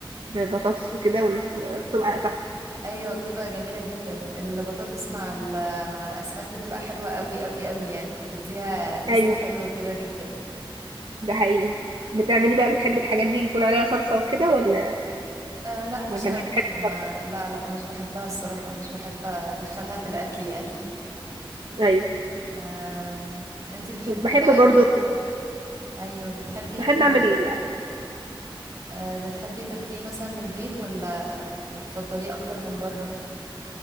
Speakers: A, on the right; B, on the right.
A: ببطاطس وكده ون- وبتبقى تحفه
B: ايوه بتبقى جميله جدا البطاطس مع ال- مع الاسماك بتبقى حلوه قوي قوي قوي يعني بتديها تيست
A: ايوه
B: حلوه كده جدا
A: ده حقيقي بتعملي بقى بتحبي الحاجات دي يكون عليها صلصه وكده ولا
B: آه لا مش
A: ولا
B: قوي
A: مش بتحبي
B: يعني
A: الصلصه
B: ما لا لا مش بحبها الصراحه مش بحب ادخلها في الاكل يعني
A: ايوه
B: آم... انتي بتحبي
A: بحب
B: بقى
A: برضو
B: ايه ايوه بتحبي
A: بحب
B: ت...
A: اعمل
B: آه بتحبي تاكليه مثلا من البيت ولا بتفضليه اكتر من بره